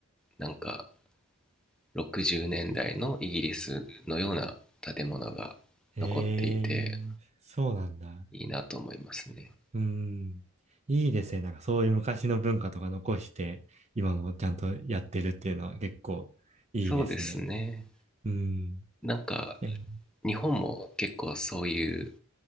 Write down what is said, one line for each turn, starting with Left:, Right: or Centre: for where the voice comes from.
Centre: なんか60年代のイギリスのような建物が残っていて、
Right: ええそうなんだ。
Centre: いいなと思いますね。
Right: うん。いいですね。なんかそういう昔の文化とか残して、今もちゃんとやってるっていうのは結構いいですね。
Centre: そうですね。
Right: うん。
Centre: なんか、
Right: え、
Centre: 日本も結構そういう